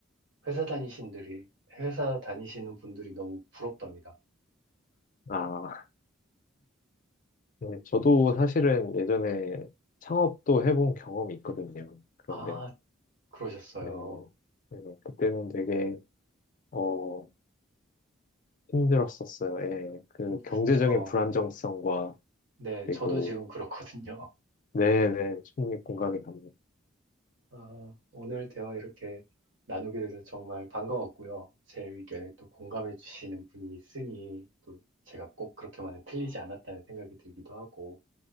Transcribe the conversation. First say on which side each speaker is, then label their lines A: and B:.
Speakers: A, on the right; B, on the left.
A: 회사 다니신들이, 회사 다니시는 분들이 너무 부럽답니다.
B: 아, 네. 저도 사실은 예전에 창업도 해본 경험이 있거든요. 그런데,
A: 아, 그러셨어요.
B: 네, 네. 그때는 되게, 어, 힘들었었어요. 예. 그
A: 음,
B: 경제적인
A: 그쵸.
B: 불안정성과,
A: 네,
B: 그리고,
A: 저도 지금 그렇거든요.
B: 네네, 충분히 공감이 갑니다.
A: 아, 오늘 대화 이렇게 나누게 돼서 정말 반가웠고요. 제 의견에 또 공감해 주시는 분이 있으니 또 제가 꼭 그렇게만은 틀리지 않았다는 생각이 들기도 하고.